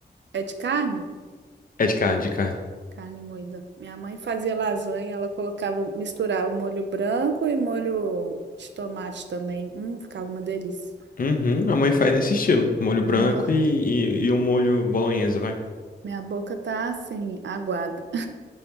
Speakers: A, on the right (about 75°); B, on the left (about 50°).
A: É de carne?
B: É de carne, de carne.
A: Carne moída. Minha mãe fazia lasanha, ela colocava, misturava molho branco e molho de tomate também. Hum, ficava uma delícia.
B: Uhum, a mãe faz nesse estilo. Molho
A: No
B: branco e, e, e um molho bolonhesa, vai.
A: Minha boca tá assim, aguada. <laughs>